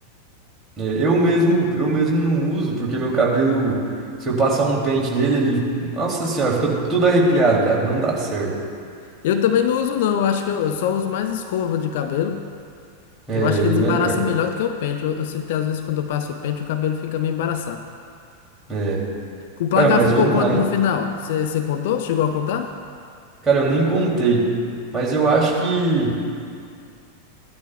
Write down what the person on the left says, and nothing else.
Eu também não uso, não. Eu acho que eu eu só uso mais escova de cabelo.
Eu acho que
desembaraça
melhor do que o pente. Eu, eu sinto que às vezes quando eu passo o pente, o cabelo fica meio embaraçado.
O placar
ficou
quanto
no final? Você contou? Chegou a contar?